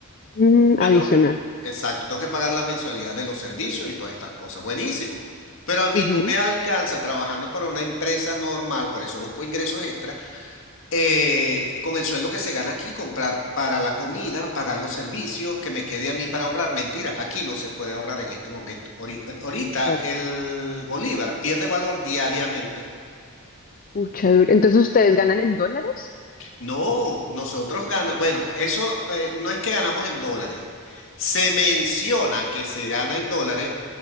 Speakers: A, on the left; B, on the left.
A: Mm,
B: Yo
A: adicional.
B: tengo que- exacto, tengo que pagar la mensualidad de los servicios y todas estas cosas. Buenísimo. Pero a mí
A: Ujú,
B: no me alcanza trabajando para una empresa normal, por eso busco ingresos extra eh, con el sueldo que se gana aquí, comprar para la comida, pagar los servicios, que me quede a mí para ahorrar. Mentira, aquí no se puede ahorrar en este momento. Ahorita, ahorita
A: claro.
B: el bolívar pierde valor diariamente.
A: Pucha, duro. Entonces, ¿ustedes ganan en dólares?
B: No, nosotros ganamos, bueno, eso eh, no es que ganamos en dólares. Se menciona que se gana en dólares